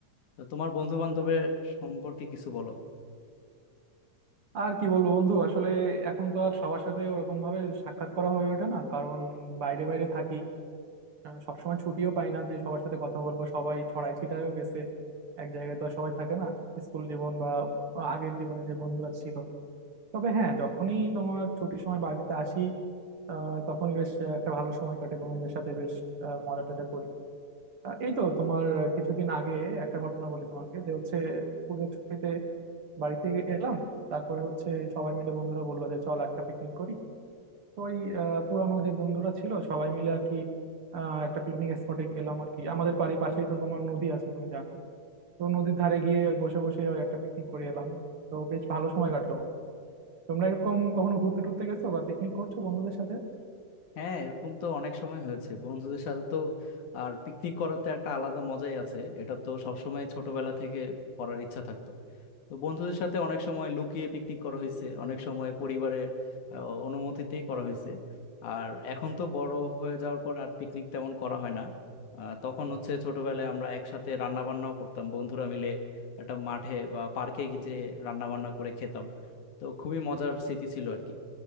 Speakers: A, on the left; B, on the right.
A: তো তোমার বন্ধু বান্ধবের সম্পর্কে কিছু বলো
B: আর কি বলবো বন্ধু আসলে এখন তো আর সবার সাথে ওরকম ভাবে সাক্ষাৎ করা হয়ে ওঠে না কারণ বাইরে বাইরে থাকি আহ, সবসময় ছুটিও পাই না যে সবার সাথে কথা বলবো সবাই ছড়াই ছিটায়ও গেছে এক জায়গায় তো আর সবাই থাকে না স্কুল জীবন বা আগের জীবনে যে বন্ধুরা ছিল তবে হ্যাঁ যখনই তোমার ছুটির সময় বাড়িতে আসি আহ, তখনই বেশ একটা ভালো সময় কাটে বন্ধুদের সাথে বেশ আহ, মজা টজা করি আহ, এই তো তোমার কিছুদিন আগে একটা ঘটনা বলি তোমাকে যে হচ্ছে পুজোর ছুটিতে বাড়িতে এলাম তারপরে হচ্ছে সবাই মিলে বন্ধুরা বললো যে চল একটা পিকনিক করি তো ওই আহ, পুরানো যে বন্ধুরা ছিল সবাই মিলে আর কি আহ, একটা পিকনিক স্পটে গেলাম আর কি আমাদের বাড়ির পাশেই তো তোমার নদী আছে তুমি জানো তো নদীর ধারে গিয়ে ওই বসে বসে ওই একটা পিকনিক করে এলাম তো বেশ ভালো সময় কাটলো বন্ধু তোমরা এরকম কখনো ঘুরতে টুরতে গেছো বা পিকনিক করছো বন্ধুদের সাথে
A: হ্যাঁ এরকম তো অনেক সময় হয়েছে বন্ধুদের সাথে তো আর পিকনিক করাতে একটা আলাদা মজাই আছে এটা তো সবসময় ছোটবেলা থেকে করার ইচ্ছা থাকতো তো বন্ধুদের সাথে অনেক সময় লুকিয়ে পিকনিক করা হয়েছে অনেক সময় পরিবারের আহ, অনুমতিতেই করা হয়েছে আর এখন তো বড় হয়ে যাওয়ার পর আর পিকনিক তেমন করা হয় না আহ, তখন হচ্ছে ছোটবেলায় আমরা একসাথে রান্না বান্নাও করতাম বন্ধুরা মিলে একটা মাঠে বা পার্কে গিয়ে রান্না বান্না করে খেতাম তো খুবই মজার স্মৃতি ছিল আর কি